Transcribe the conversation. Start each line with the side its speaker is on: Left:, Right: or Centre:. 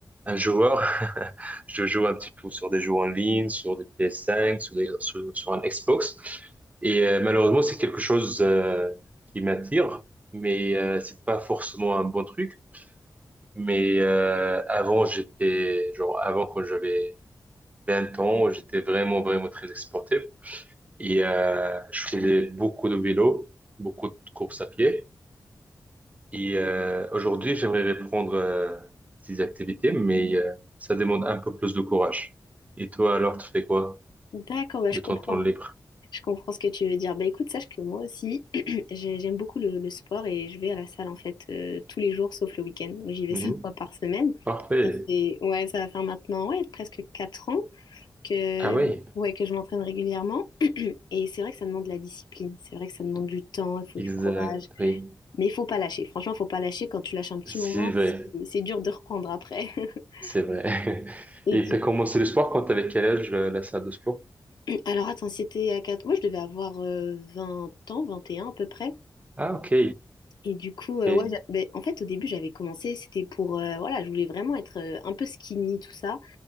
Right: un joueur. <laughs> Je joue un petit peu sur des jeux en ligne, sur des PS5, sur, des, sur, sur un Xbox. Et euh, malheureusement, c'est quelque chose euh, qui m'attire, mais euh, c'est pas forcément un bon truc. Mais euh, avant, j'étais, genre, avant quand j'avais 20 ans, j'étais vraiment, vraiment très sportif. Et euh, je faisais beaucoup de vélo, beaucoup de courses à pied. Et euh, aujourd'hui, j'aimerais reprendre euh, ces activités, mais euh, ça demande un peu plus de courage. Et toi, alors, tu fais quoi
Left: D'accord, bah, je
Right: de
Left: comprends.
Right: ton temps libre?
Left: Je comprends ce que tu veux dire. Bah écoute, sache que moi aussi, <clears throat> j'ai- j'aime beaucoup le, le sport et je vais à la salle en fait euh, tous les jours sauf le week-end. Donc, J'y vais
Right: Mhm.
Left: <laughs> cinq fois par semaine.
Right: Parfait.
Left: Ça fait, ouais, ça va faire maintenant ouais, presque quatre ans que,
Right: Ah oui,
Left: ouais, que je m'entraîne régulièrement. Et c'est vrai que ça demande de la discipline, c'est vrai que ça demande du temps, il faut
Right: exact,
Left: du courage,
Right: oui.
Left: mais il faut pas lâcher. Franchement, il faut pas lâcher. Quand tu lâches un petit
Right: C'est
Left: moment,
Right: vrai,
Left: c'est c'est dur de reprendre après. <laughs>
Right: c'est vrai. <laughs>
Left: Et
Right: Et
Left: du-
Right: tu as commencé le sport quand tu avais quel âge, euh, la salle de sport?
Left: alors attends, si c'était à 4. Moi, je devais avoir euh, 20 ans, 21 à peu près.
Right: Ah, ok.
Left: Et du coup, euh,
Right: ok.
Left: ouais, j'a- ben, en fait, au début, j'avais commencé, c'était pour, euh, voilà, je voulais vraiment être euh, un peu skinny, tout ça.